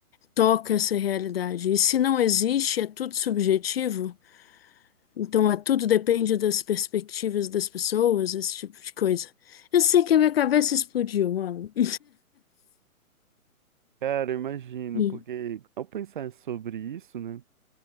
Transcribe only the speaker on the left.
toca essa realidade? E se não existe, é tudo subjetivo? Então, é, tudo depende das perspectivas das pessoas, esse tipo de coisa. Eu sei que a minha cabeça explodiu, mano. <laughs>
Hum,